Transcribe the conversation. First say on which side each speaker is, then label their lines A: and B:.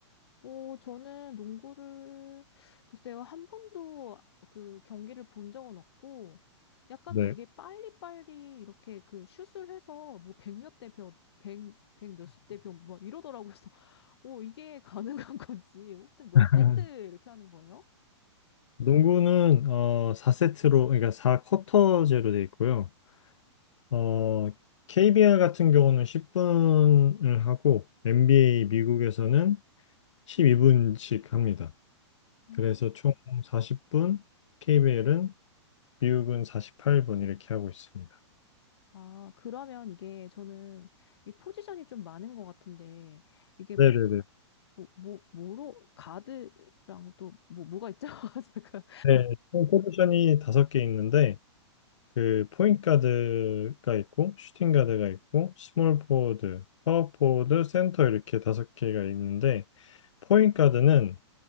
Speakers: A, on the left; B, on the left.
A: 어, 저는 농구를, 글쎄요, 한 번도 그 경기를 본 적은 없고, 약간
B: 네.
A: 되게 빨리빨리 이렇게 그 슛을 해서 뭐 백몇 대 몇, 백, 백 몇십 대 몇, 막 이러더라고요. 그래서, <laughs> 어, 이게 가능한 건지, 하여튼 몇
B: <laughs>
A: 세트 이렇게 하는 거예요?
B: 농구는 어 4세트로 그러니까 4쿼터제로 돼 있고요. 어 KBL 같은 경우는 10분을 하고 NBA 미국에서는 12분씩 합니다.
A: 음.
B: 그래서 총 40분, KBL은 미국은 48분 이렇게 하고 있습니다.
A: 아, 그러면 이게 저는 이 포지션이 좀 많은 것 같은데, 이게 뭐,
B: 네네네.
A: 가- 뭐, 뭐, 뭐로, 가드랑 또, 뭐, 뭐가 있죠? <laughs> 잠깐.
B: 네, 총 포지션이 다섯 개 있는데 그 포인트 가드가 있고 슈팅 가드가 있고 스몰 포워드, 파워 포워드, 센터 이렇게 다섯 개가 있는데 포인트 가드는